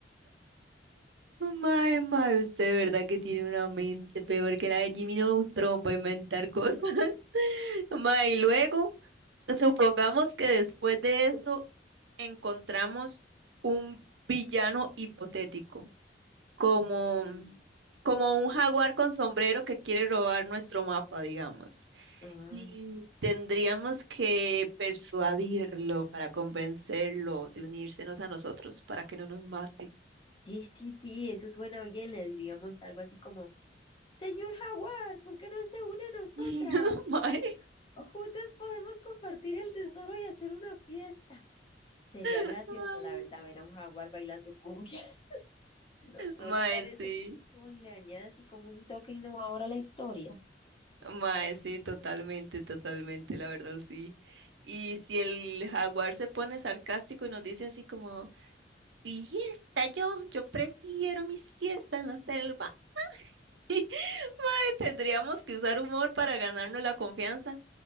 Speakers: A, on the right; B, on the left.
A: Mae, mae, usted de verdad que tiene una mente peor que la de Jimmy Neutron para inventar cosas. <laughs> Mae, y luego, supongamos que después de eso encontramos un villano hipotético. como,
B: Mm.
A: como un jaguar con sombrero que quiere robar nuestro mapa, digamos.
B: Ah,
A: Y tendríamos que persuadirlo para convencerlo de unírsenos a nosotros para que no nos mate.
B: sí, sí, sí, eso suena bien, le diríamos algo así como... Señor Jaguar, ¿por qué no se une a nosotras?
A: <laughs> No, Mae,
B: O juntas podemos compartir el tesoro y hacer una fiesta. Sería gracioso,
A: Ay,
B: la verdad, ver a un jaguar bailando cumbia. <laughs> ¿No, no
A: mae,
B: le parece
A: sí,
B: que eso le añade así como un toque innovador a la historia?
A: mae, sí, totalmente, totalmente, la verdad, sí. Y si el jaguar se pone sarcástico y nos dice así como, fiesta yo, yo prefiero mi siesta en la selva. <laughs> Tendríamos que usar humor para ganarnos la confianza.